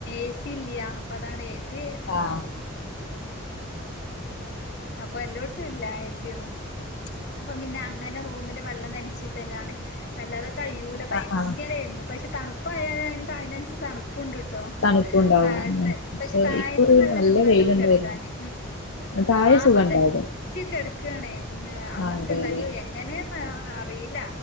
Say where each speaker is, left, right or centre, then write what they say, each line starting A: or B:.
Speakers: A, on the left; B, on the left.
A: എസി ഇല്ലഅപ്പ അതാണ് ഏ സി
B: ആഹ്
A: അപ്പൊ എല്ലായിടത്തും ഇല്ല എ സിയ ഒന്നും അപ്പൊ പിന്നെ അങ്ങനെ റൂമില് വെള്ളം നനച്ചിട്ടാണ് അല്ലാതെ കയ്യൂല ഭയങ്കരായിരുന്നു
B: ആഹ് ആഹ്
A: പക്ഷെ തണു അപ്പ അതിനന് അതിനനസരി കാണും പ്പുണ്ട്ട്ടോ
B: തണുപ്പുണ്ടാവും
A: താഴത്തെ
B: ഉം
A: പക്ഷെ താഴത്ത്
B: ഇക്കുറി
A: നല്ല സുഖം
B: വെയിലുണ്ടായിരുന്നു
A: ഉണ്ടാവും കിടക്കാന്
B: താഴെ
A: ആ
B: സുഖണ്ടായിരുന്നു
A: പതച്ചക്കെടക്കണേ അന്നൊക്കെണ്ട
B: ആഹ് അതെ അതെ
A: അയ്യോ എങ്ങനെയന്ന അറിയില്ല